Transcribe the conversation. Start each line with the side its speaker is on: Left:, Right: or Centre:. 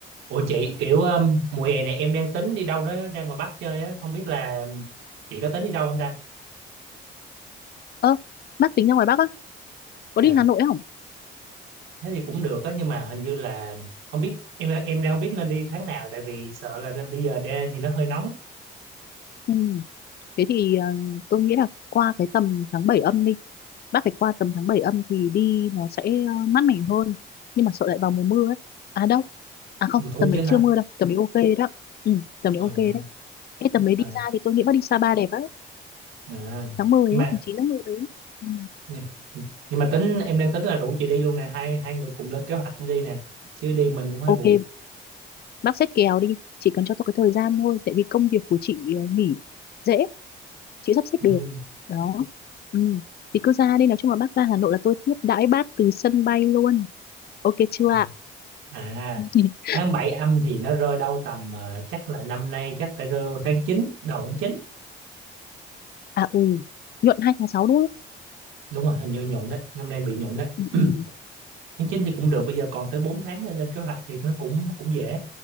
Right: Ủa chị kiểu um, mùa hè này em đang tính đi đâu đó ra ngoài Bắc chơi á không biết là chị có tính đi đâu không ta?
Left: Ơ, bác tính ra ngoài Bắc á, có
Right: Dạ.
Left: đi Hà Nội không?
Right: Thế thì cũng được á nhưng mà hình như là không biết em em đang không biết nên đi tháng nào tại vì sợ là nên- bây giờ ra thì nó hơi nóng
Left: Ừ. Thế thì ờ, tôi nghĩ là qua cái tầm tháng 7 âm đi. Bác phải qua tầm tháng 7 âm thì đi nó sẽ ờ, mát mẻ hơn. Nhưng mà sợ lại vào mùa mưa ấy. À đâu. À không,
Right: mùa thu
Left: tầm đấy
Right: chứ hả?
Left: chưa mưa đâu. Tầm đấy ok đó. Ừ, tầm đấy
Right: Ờ,
Left: ok đấy. Ê, tầm đấy
Right: ờ,
Left: đi ra thì tôi nghĩ bác đi Sapa đẹp ấy.
Right: à.
Left: Tháng 10
Right: Nhưng
Left: ấy,
Right: mà
Left: tháng 9 tháng 10 ấy. Ừ.
Right: nhưng nhưng mà tính em đang tính là rủ chị đi luôn nè hai hai người cùng lên kế hoạch đi nè chứ đi mình cũng hơi
Left: Ok,
Right: buồn.
Left: bác xét kèo đi. Chỉ cần cho tôi cái thời gian thôi. Tại vì công việc của chị ờ, nghỉ dễ. chị sắp xếp
Right: Ừ.
Left: được đó ừ. thì cứ ra đi nói chung là bác ra Hà Nội là tôi tiếp đãi bác từ sân bay luôn ok chưa
Right: À
Left: ạ
Right: à,
Left: <laughs>
Right: tháng 7 âm thì nó rơi đâu tầm ờ, chắc là năm nay chắc phải rơi vào tháng chín đầu tháng 9
Left: à ừ nhuận 2 tháng 6 đúng không
Right: đúng rồi hình như nhuận đấy năm nay bị nhuận đấy
Left: ừ,
Right: <clears throat>
Left: ừ.
Right: tháng 9 thì cũng được bây giờ còn tới 4 tháng để lên kế hoạch thì nó cũng cũng dễ